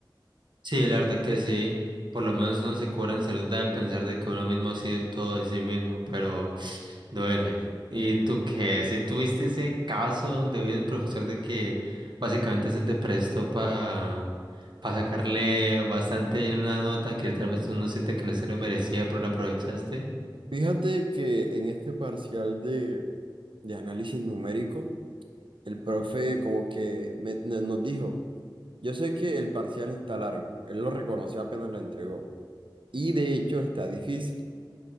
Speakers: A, on the right; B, on the right.
A: Sí, la verdad que sí. Por lo menos uno se cura en salud al pensar de que uno mismo ha sido todo de sí mismo, pero <sniffs> duele. ¿Y tú qué? Si tuviste ese caso donde había un profesor de que básicamente se te prestó para sacarle bastante en una nota que tal vez uno siente que no se lo merecía, pero la aprovechaste.
B: Fíjate que en este parcial de, de análisis numérico, El profe como que me- no- nos dijo, yo sé que el parcial está largo, él lo reconoció apenas lo entregó y de hecho está difícil.